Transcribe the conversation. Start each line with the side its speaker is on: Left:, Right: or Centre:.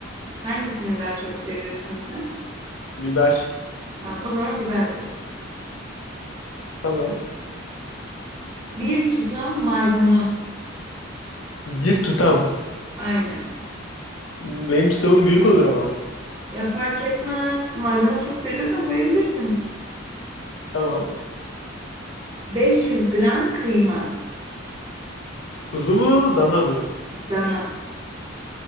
Right: Hangisini daha çok seviyorsun sen?
Left: Biber.
Right: Tamam, o zaman biber koy.
Left: Tamam.
Right: Bir tutam maydanoz.
Left: Bir tutam.
Right: Aynen.
Left: Benim tutamım büyük olur ama.
Right: Ya fark etmez. Maydanoz çok seviyorsan koyabilirsin.
Left: Tamam.
Right: 500 gram kıyma.
Left: Kuzu mu dana mı?
Right: Dana.